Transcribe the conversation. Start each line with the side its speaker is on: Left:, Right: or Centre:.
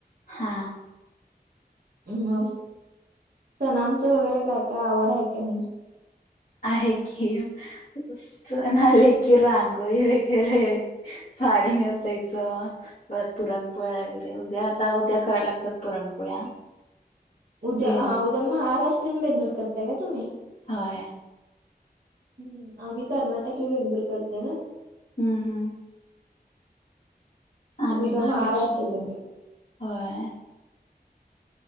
Left: हा
Right: मग सणांचं वगैरे काय काय आवड आहे का नाही?
Left: आहे की सण आले की रांगोळी वगैरे. साडी नेसायचं. परत पुरणपोळ्या वगैरे उद्या आता उद्या करायला लागतात पुरणपोळ्या,
Right: उद्या,
Left: बेन
Right: उद्या महाराष्ट्रन बेंदूल करताय का तुम्ही?
Left: होय
Right: हम्म आम्ही कर्नाटकी बेंदूर करतोय.
Left: हम्म हम्म आम्ही
Right: तर उद्या
Left: महाराष्ट्र.
Right: बेंदूर.
Left: होय